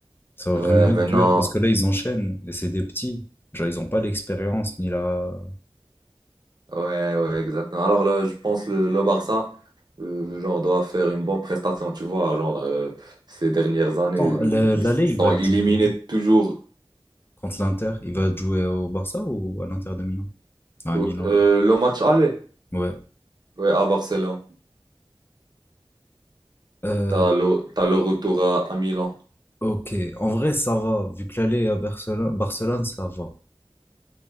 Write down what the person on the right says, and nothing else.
Ouais,
maintenant.
Ouais, ouais, exactement. Alors là, je pense le, le Barça, euh, genre, doit faire une bonne prestation, tu vois. Genre, euh, ces dernières années,
ils
sont
éliminés
toujours.
Euh,
euh, le match aller,
ouais, à Barcelone.
T'as le, t'as le retour à, à Milan